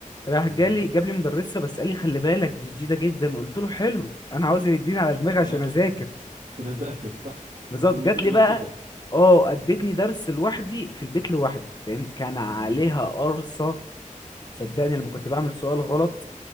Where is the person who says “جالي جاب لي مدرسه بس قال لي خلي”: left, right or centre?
Left